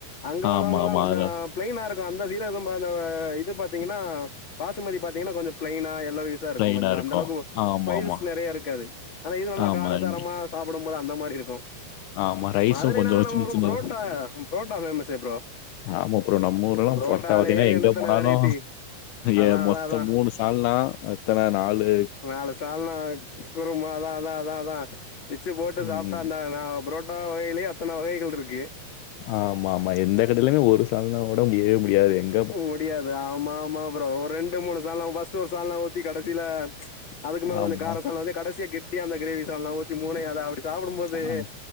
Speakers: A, on the left (about 35°); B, on the left (about 80°).
A: அங்க
B: ஆமா,
A: உள்ளவங்கலா
B: ஆமா.
A: கொஞ்ச
B: அதுல
A: பிளைனா இருக்கு அந்த சீரகசம்பா அந்த இது பாத்தீங்கனா பாசுமதி பாத்தீங்கனா கொஞ்ச பிளைனா எல்லாரு யூஸ் ஸா இருக்கு
B: ப்ளைனா
A: கொஞ்ச
B: இருக்கும்.
A: அந்த அளவுக்கு
B: ஆமாமா.
A: ஸ்பைசஸ் நெறைய இருக்காது ஆனா இது நல்லா
B: ஆமா.
A: காரசாரமா
B: இங்க
A: சாப்டும்போது அந்த மாரி இருக்கு
B: ஆமா. ரைஸும்
A: மதுரை
B: கொஞ்சம்
A: நாலே நம்ம
B: சின்ன
A: பக்க
B: சின்னதா.
A: புரோட்டா புரோட்டா ஃபேமஸ்ஸே ப்ரோ
B: ஆமா ப்ரோ நம்ம ஊர்லலா
A: புரோட்டாலயே
B: பொரட்டா பாத்தீனா எங்க
A: எண்ணத்தன
B: போனாலு
A: வெரைட்டி அதான்
B: ஏய்
A: அதான்
B: மொத்த
A: அதான்
B: மூணு சு சால்னா எத்தன நாலு
A: நாலு சால்னா குருமா அதா அதா அதா அதா பிச்சு போட்டு
B: ம்.
A: சாப்ட்டா அந்த நா புரோட் ட்டா வகைலே அத்தன வகைகள் இருக்கு
B: ஆமாம்மா எந்த கடைலயு ஒரு சால்னாவோட முடியவே முடியாது எங்
A: முடியாது ஆமாம்மா ப்ரோ ஒரு ரெண்டு மூணு சால்னா ஃபஸ்ட்டு ஒரு சால்னா ஊத்தி கடசில அதுக்கு மேல
B: ஆமா.
A: கொஞ்ச கார சால்னா வந்து கடசியா கெட் டியா அந்த கிரேவி சால்னா ஊத்தி மூணயு அத அப்டி சாப்டும்போது
B: ஆமா.